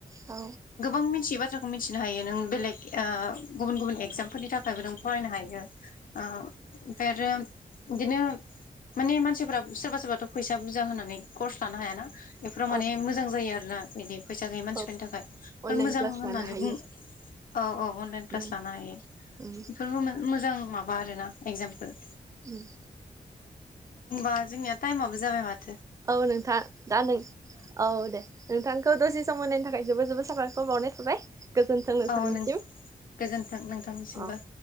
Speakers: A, on the right; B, on the left.
A: औ।
B: नों मिथियै बाथ्राखौ मिथिनो हायो नों बेलेग ओ गुबुन गुबुन एगजामफोरनि थाखायबो नों फरायनो हायो ओ ओमफ्राय आरो बिदिनो माने मानसिफोरा सोरबा सोरबाथ फैसा बुरजा होनानै कर्स लानो हायाना। बेफोराव माने
A: औ
B: मोजां जायो आरो ना। <inaudible> फैसा गैयै मानसिफोरनि
A: औ
B: थाखाय। बेफोर
A: अनलाइन
B: मोजां
A: क्लास
B: होननानै
A: लानो हायो
B: बुंनो। औ औ। अनलाइन क्लास
A: उम
B: लानो हायो
A: उम
B: बेफोरबो मोजां। माबा आरोना एक्जामपोल।
A: उम।
B: होमबा जोंनिया टाइमाबो जाबाय माथो।
A: औ नोंथां दा नों औ दे नोंथांखौ दसे सम होनायनि थाखाय। जोबोर जोबोर साबायखर बावनाय थाबाय। गोजोन्थों नोंथांनिसिम।
B: अ नों गोजोन्थों नोंथांसिमबो।
A: औ